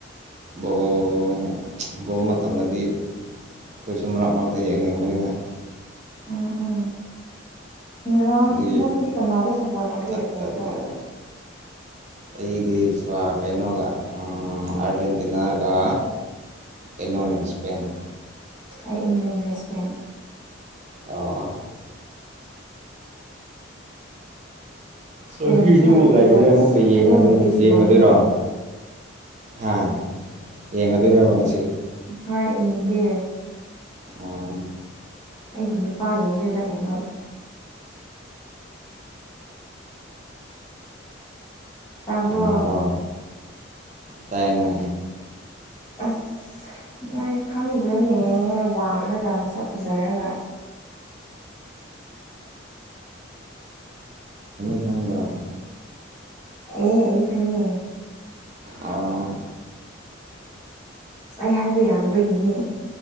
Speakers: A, on the right; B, on the left.
A: ꯕꯣꯜꯜꯜꯜꯜꯜ ꯕꫭꯜ ꯃꯇꯝꯗꯗꯤ ꯑꯩꯈꯣꯏꯁꯨ ꯃꯔꯛ ꯃꯔꯛꯇ ꯌꯦꯡꯅꯤꯡꯕꯅꯤꯅ
B: ꯎꯝ ꯎꯝ ꯉꯔꯥꯡ
A: ꯑꯗꯨꯒꯤ
B: ꯅꯪꯗꯤ ꯀꯅꯥꯗ ꯁꯞꯄꯣꯔꯠ ꯇꯧꯒꯦ
A: ꯆꯠꯇꯕꯅꯦꯕ
B: ꯕꯣꯜꯗꯣ
A: ꯑꯩꯗꯤ ꯐꯥ ꯀꯩꯅꯣꯒ ꯑꯥ ꯑꯥꯔꯖꯦꯟꯇꯤꯅꯥꯒ ꯀꯩꯅꯣꯅꯤ ꯁ꯭ꯄꯦꯟ
B: ꯑꯩ ꯏꯪꯂꯦꯟꯒ ꯁ꯭ꯄꯦꯟ
A: ꯑꯣ
B: ꯏꯁꯄꯦꯟꯁꯦ
A: ꯉꯁꯤꯁꯨ
B: ꯐꯖ
A: ꯂꯩꯕꯅꯦ ꯑꯃꯨꯛꯀ ꯌꯦꯡꯑꯗꯨꯏꯅꯦ
B: ꯐꯖꯅꯗꯤ ꯁꯅꯥꯏꯍꯦ
A: ꯌꯦꯡꯉꯗꯨꯏꯔꫭ ꯍꯥ ꯌꯦꯡꯉꯥꯗꯨꯏꯔꫭꯕ ꯉꯁꯤ
B: ꯍꯣꯏ ꯌꯦꯡꯒꯦ
A: ꯑꫭ
B: ꯑꯩꯒꯤ ꯅꯨꯄꯥ ꯂꯩꯗꯨꯗ ꯀꯩꯅꯣ ꯇꯥꯕ꯭ꯔꯣ
A: ꯀꯅꯥꯔꯣ ꯇꯥꯏꯅꯦ
B: ꯑꯁ ꯅꯪ ꯈꯪꯗ꯭ꯔꫭꯅꯦ ꯋꯥꯡꯉꯒ ꯃꯁꯛ ꯐꯖꯔꯒ
A: ꯅꯪꯒꯔꯣ
B: ꯑꯦ ꯑꯩꯗꯤ ꯈꯪꯡꯉꯦ
A: ꯑꫭ
B: ꯑꯩ ꯍꯥꯏꯕ ꯌꯥꯗꯕꯒꯤꯅꯦ